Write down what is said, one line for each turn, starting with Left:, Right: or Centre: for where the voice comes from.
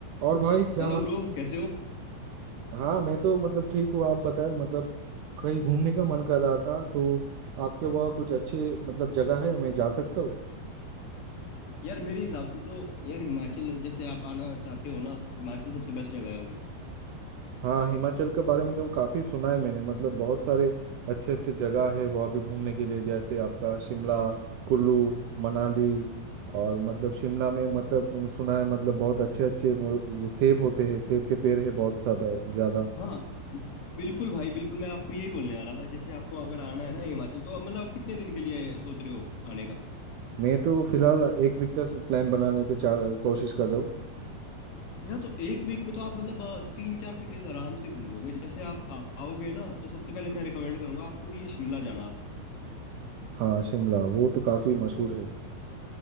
Right: और भाई क्या
Left: Hello
Right: हाल-
Left: bro कैसे हो
Right: हाँ मैं तो मतलब ठीक हूँ आप बताएं मतलब कहीं घूमने का मन कर रहा था तो आपके वहाँ कुछ अच्छे मतलब जगह है मैं जा सकता हूँ
Left: यार मेरे हिसाब से तो यार हिमाचल जैसे आप आना चाहते हो ना हिमाचल सबसे बेस्ट जगह है अभी
Right: हाँ हिमाचल के बारे में तो काफ़ी सुना है मैंने मतलब बहुत सारे अच्छे अच्छे जगह है वहाँ पे घूमने के लिए जैसे आपका शिमला कुल्लू मनाली और मतलब शिमला में मतलब मैंने सुना है मतलब बहुत अच्छे अच्छे वो वो सेब होते हैं सेब के पेड़ है बहुत ज़्यादा ज़्यादा
Left: हाँ बिल्कुल भाई बिल्कुल मैं आपको यही बोलने वाला था जैसे आपको अगर आना है ना हिमाचल तो आप मतलब कितने दिन के लिए सोच रहे हो आने का
Right: मैं तो फिलहाल एक वीक का प्लान बनाने की चा- कोशिश कर रहा हूँ
Left: या तो एक वीक में तो आप मतलब अ, तीन चार सिटीज आराम से घूम लोगे जैसे आप आ- आओगे ना तो सबसे पहले मैं रिकमेंड करूंगा आपको कि शिमला जाना आप
Right: हाँ शिमला वो तो काफी मशहूर है